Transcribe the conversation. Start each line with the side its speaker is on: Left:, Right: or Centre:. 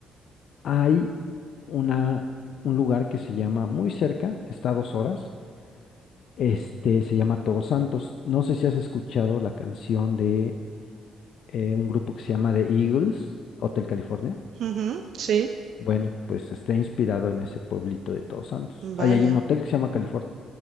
Left: hay una, un lugar que se llama muy cerca, está a dos horas. Este se llama Todos Santos. No sé si has escuchado la canción de eh, un grupo que se llama The Eagles, Hotel California.
Right: ujú, sí,
Left: Bueno, pues está inspirado en ese pueblito de Todos Santos.
Right: vaya,
Left: Ahí hay un hotel que se llama California.